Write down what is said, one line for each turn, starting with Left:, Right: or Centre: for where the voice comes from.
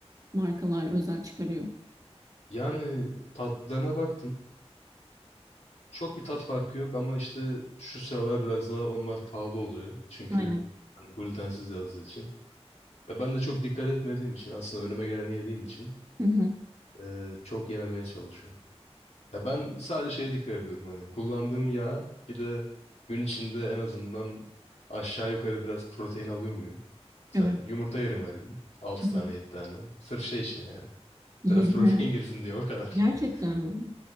Right: markalar özel çıkarıyor.
Left: Yani tatlarına baktım. Çok bir tat farkı yok ama işte şu sıralar biraz daha onlar pahalı oluyor. Çünkü
Right: Aynen.
Left: hani glutensiz yazdığı için. Ve ben de çok dikkat etmediğim için aslında önüme geleni yediğim için
Right: Hı hı.
Left: e, çok yememeye çalışıyorum. Ya ben sadece şeye dikkat ediyorum hani kullandığım yağ bir de gün içinde en azından aşağı yukarı biraz protein alıyor muyum? Mesela
Right: Evet.
Left: yumurta yerim her gün. altı tane
Right: Hı hı.
Left: 7 tane. Sırf şey için yani.
Right: Yedin
Left: Biraz <laughs> protein
Right: mi?
Left: girsin diye o kadar.
Right: <laughs> Gerçekten
Left: <laughs>
Right: mi?